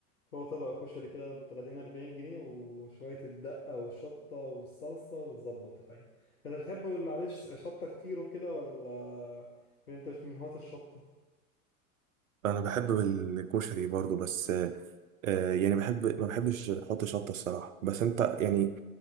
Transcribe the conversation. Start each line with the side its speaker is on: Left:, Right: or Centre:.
Left: فهو طبق كشري كده بتلاتين أربعين جنيه وشوية الدقة والشطة والصلصة وتظبط الحقيقة انت بتحب اللي عليه ش- شطة كتير وكده ولا يعني انت مش من هواة الشطة
Right: انا بحب الكشري برضو بس آه يعني بحب ما بحبش احط شطه الصراحه بس انت يعني